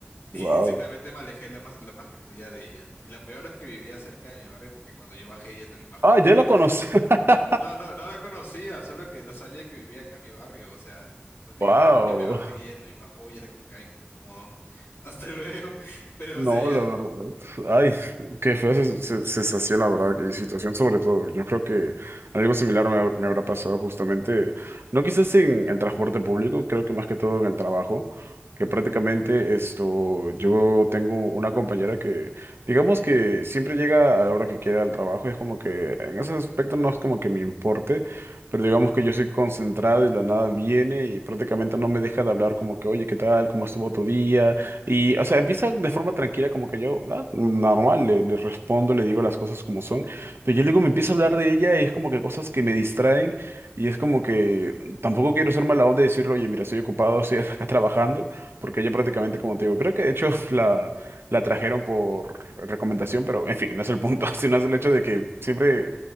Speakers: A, on the left (about 80°); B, on the right (about 70°).
A: Y
B: wow.
A: simplemente me alejé lo más, lo más que podía de ella. Y la peor es que vivía cerca de mi barrio porque cuando yo bajé, ella también bajó.
B: Ah, ya lo
A: Y fue
B: conocí.
A: más.
B: <laughs>
A: No, no, no la conocía, solo que no sabía que vivía acá en mi barrio, o sea, prácticamente
B: Wow.
A: ya me bajé y ella también bajó y era como que, ay, qué incómodo, <laughs> hasta luego, pero
B: No,
A: o sea, ya,
B: la verdad. Ay, qué fea se- se- sensación, la verdad, y situación sobre todo. Yo creo que algo similar me, hab- me habrá pasado justamente, no quizás en el transporte público, creo que más que todo en el trabajo, que prácticamente esto, yo tengo una compañera que, digamos que siempre llega a la hora que quiera al trabajo, y es como que en ese aspecto no es como que me importe, pero digamos que yo soy concentrado y de la nada viene y prácticamente no me deja de hablar como que, oye, ¿qué tal? ¿Cómo estuvo tu día? Y, o sea, empieza de forma tranquila, como que yo, ah, normal, le, le respondo, le digo las cosas como son, pero yo luego me empiezo a hablar de ella y es como que cosas que me distraen y es como que tampoco quiero ser mala onda y decirle, oye, mira, estoy ocupado, estoy <laughs> acá trabajando, porque ella prácticamente, como te digo, creo que de hecho <laughs> la, la trajeron por recomendación, pero en fin, no es el punto, <laughs> sino es el hecho de que siempre